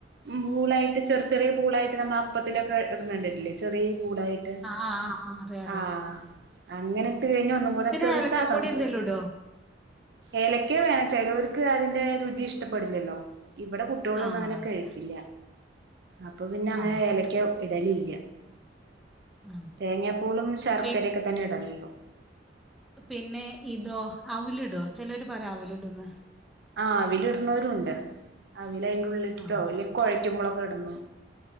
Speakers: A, on the right; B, in the centre.
A: പൂളായിട്ട് ചെർ ചെറേ പൂളായിട്ട് നമ്മൾ അപ്പത്തിലൊക്കെ ഇട്നെണ്ടിട്ടില്ലേ ചെറേ പൂളായിട്ട്
B: ആഹ് ആഹ് ആഹ് അറിയ അറിയ
A: ആഹ് അങ്ങനട്ട് കഴിഞ്ഞ ഒന്നും കൂടെ
B: പിന്നെ
A: ചെറുതാക്കണം
B: ഏലക്കാപ്പൊടി എന്തേലും
A: <inaudible>
B: ഇടോ
A: ഏലക്കെ വേണം ചെലോര്ക്ക് അതിന്റെ രുചി ഇഷ്ട്ടപ്പെടില്ലല്ലോ ഇവിടെ കു ട്ട്യോളൊന്നും
B: ആഹ്
A: അങ്ങനെ
B: അതെ
A: കഴിക്കില്ല അപ്പൊ പിന്നങ്ങനെ
B: ആഹ്
A: ഏലക്ക ഇടലില്ല
B: ആഹ്
A: തേങ്ങാപ്പൂളും ശർക്കരൊക്കെ
B: പി
A: തന്നെ ഇടലൊള്ളു
B: പിന്നെ ഇതോ അവ് ലിടോ ചെലോര് പറയും അവിലിടോന്ന്‌
A: ആ അവിലിടുണോരുണ്ട് അവില് അയിന്റെ ഉള്ളിട്ടിട്ട്
B: ആഹ്
A: അവില് കൊഴക്കുമ്പോളൊക്കെ ഇടണം